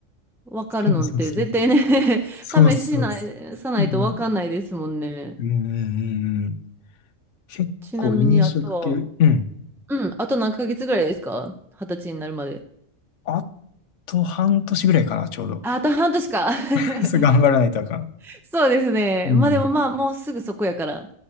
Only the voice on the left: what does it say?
そうそうそう。そうそうそ
う。うん。うんうんうん。結構飲食系。
うん。
あと半年ぐらいかな、ちょうど。
<laughs> そう、頑張らないとあかん。
うん。